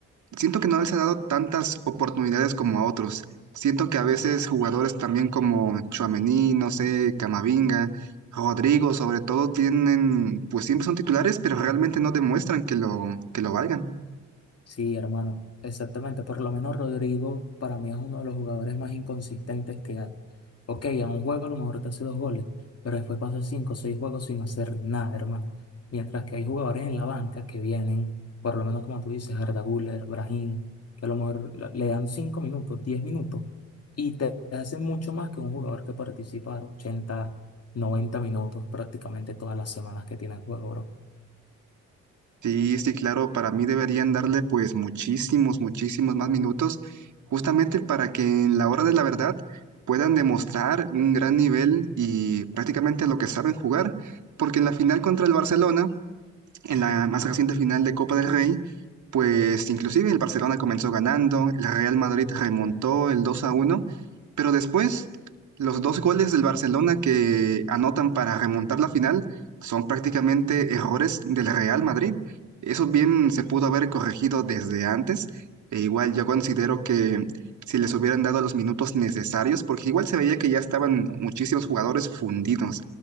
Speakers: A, on the right; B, on the left.
A: siento que no les ha dado tantas oportunidades como a otros. Siento que a veces jugadores también como Tchouaméni, no sé, Camavinga, Rodrigo, sobre todo, tienen, pues siempre son titulares, pero realmente no demuestran que lo, que lo valgan.
B: Sí, hermano, exactamente. Por lo menos Rodrigo para mí es uno de los jugadores más inconsistentes que hay. Ok, en un juego a lo mejor te hace dos goles, pero después pasa cinco o seis juegos sin hacer nada, hermano. Mientras que hay jugadores en la banca que vienen, por lo menos como tú dices, Arda Güler, Brahim, que a lo mejor la- le dan cinco minutos, diez minutos, y te hacen mucho más que un jugador que participa ochenta, noventa minutos prácticamente todas las semanas que tiene el juego, bro.
A: Sí, sí, claro, para mí deberían darle pues muchísimos, muchísimos más minutos, justamente para que en la hora de la verdad puedan demostrar un gran nivel y prácticamente lo que saben jugar, porque en la final contra el Barcelona, en la más reciente final de Copa del Rey, pues inclusive el Barcelona comenzó ganando, el Real Madrid remontó el 2 a 1, pero después los dos goles del Barcelona que anotan para remontar la final son prácticamente errores del Real Madrid. Eso bien se pudo haber corregido desde antes. E igual yo considero que si les hubieran dado los minutos necesarios, porque igual se veía que ya estaban muchísimos jugadores fundidos.